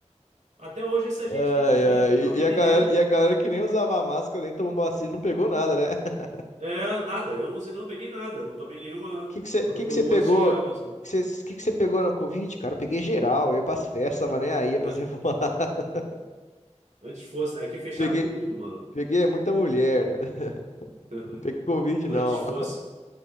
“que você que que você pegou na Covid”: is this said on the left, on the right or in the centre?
Left